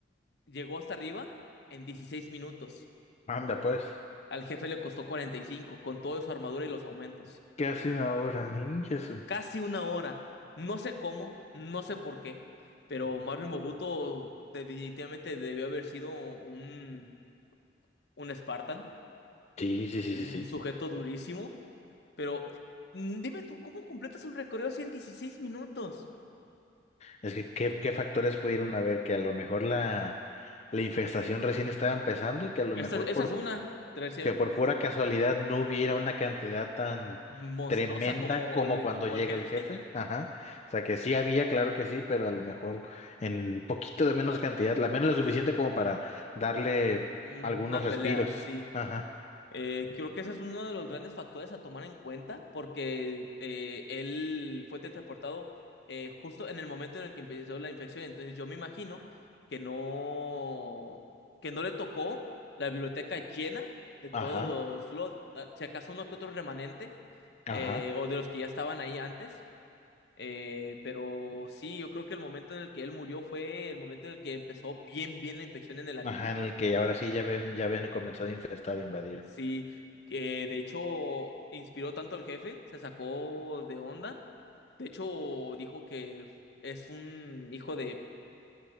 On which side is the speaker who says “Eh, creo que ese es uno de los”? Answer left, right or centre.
Left